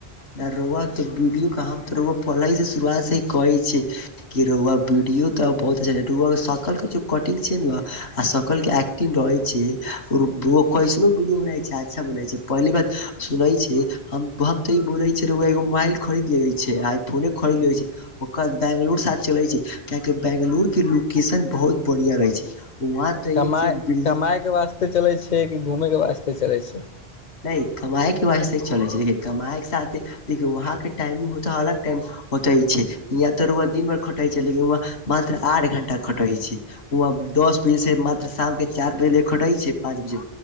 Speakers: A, on the left; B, on the left.
A: ना रउआ तऽ वीडियो के हम तऽ पलहि से शुरुआत से कहै छियै। के रउआ वीडियो तऽ बहुत अच्छा रहे नेटवर्क सकल के जे कटिंग छै ने बा। आ सकल के एक्टिंग रहै छै, ब्लोक कैसनो वीडियो बनाय छै, अच्छा बनाै छै पहली बात सुनै छी हम ति इ बोले छियै, एगो मोबाइल खरीद लेबेछियै आइ फोने खरीद लेबेछियै। ओकर बेंगलुर साथ चले छी, कियाकि बेंगलुर के लोकेशन बहुत बड़िया रहे छै। वहां। तऽ
B: कमाय-
A: एक से एक बिल्डिंग
B: कमायके वास्ते चलै छियै, कि घुमैके वास्ते चलै छियै।
A: नै कमायके वास्तेचलै छै, लेकिन कमायके साथे देखियौ वहाँके टाइमिंग हो त अलग टाइम ओते छै, इहां तऽ रउआ दिन भर खटै छै, लेकिन रउआ मात्र आठ घंटा खटै छै। उहा दस दिन से मात शामके चार बजे ले खटै छै, पाँच बजे